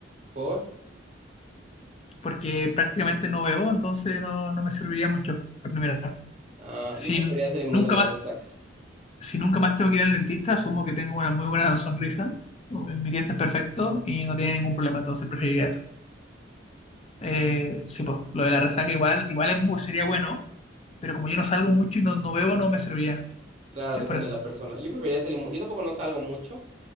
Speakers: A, on the right; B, on the left.
A: ¿Por?
B: porque prácticamente no veo, entonces no, no me serviría mucho la primera.
A: Ah,
B: Sin
A: yo preferiría ser inmune
B: nunca
A: de la
B: más
A: resaca.
B: si nunca más tengo que ir al dentista, asumo que tengo una muy buena sonrisa, mi diente es perfecto y no tiene ningún problema, entonces preferiría eso. Eh, sí, pues, lo de la resaca igual, igual es bu- sería bueno, pero como yo no salgo mucho y no, no bebo, no me serviría.
A: Claro,
B: Es
A: depende
B: por eso.
A: de la persona. Yo preferiría ser inmune. Yo tampoco no salgo mucho,